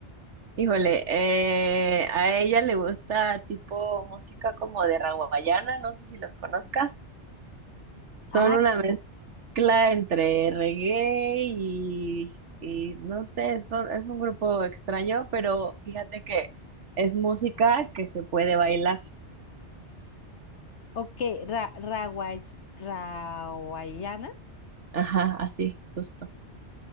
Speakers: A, on the right; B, on the left.
A: Híjole, eh, a ella le gusta tipo música como de raguayana, no sé si los conozcas. Son
B: Ah,
A: una mezcla entre reggae y, y no sé, es, un- es un grupo extraño, pero fíjate que es música que se puede bailar.
B: ok, Ra Rawai- Rawaiana.
A: Ajá, así, justo,